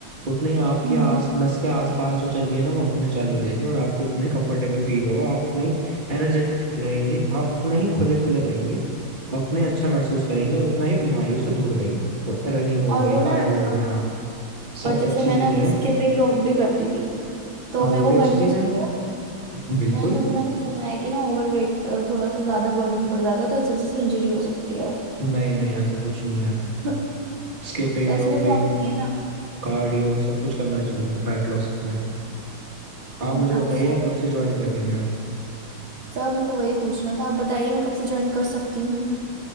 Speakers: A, on the right; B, on the right.
A: उतने ही आपके
B: हम्म
A: आस नस के आसपास जो चर्बी है ना वो हटने चालू हो जाएगी और आपको उतना ही कंफर्टेबल फील होगा आप उतना ही एनर्जेटिक रहेंगे आप उतना ही खुले खुले रहेंगे आप उतना ही अच्छा महसूस करेंगे और उतना ही बीमारियों से दूर रहेंगे रनिंग हो
B: और
A: गई
B: वो
A: कार्डियो
B: ना अ,
A: हो गया सब
B: और जैसे
A: अच्छी
B: मैंने
A: चीजें
B: अभी
A: हैं
B: स्किपिंग रोप भी करती थी तो
A: हाँ वो
B: मेरे को
A: भी अच्छी
B: करनी
A: चीजें
B: चाहिए
A: हैं बिल्कुल
B: नहीं क्योंकि मैंने सुना है कि ना ओवर वेट थोड़ा सा ज्यादा बर्डन पड़ जाता है तो इस वजह से इंजरी हो सकती है
A: नहीं नहीं ऐसा कुछ नहीं है
B: <laughs>
A: स्किपिंग
B: तो ऐसी
A: रोपिंग
B: कोई प्रॉब्लम नहीं है ना
A: कार्डियो सब कुछ करना चाहिए फैट लॉस के लिए आप
B: हम्म,
A: मुझे बताइए
B: अच्छा
A: आप कब से ज्वाइन कर रही हैं
B: सर मेरे को वही पूछना था आप बताइए मैं कब से ज्वाइन कर सकती हूँ